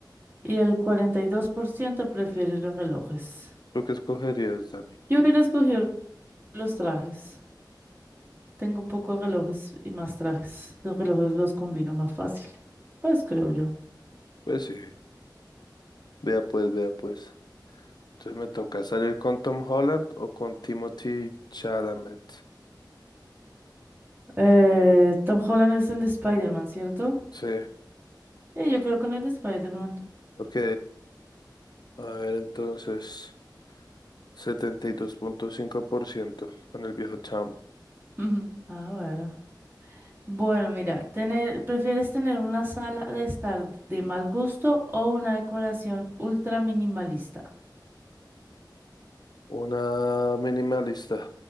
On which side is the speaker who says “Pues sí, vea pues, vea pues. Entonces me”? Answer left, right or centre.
Left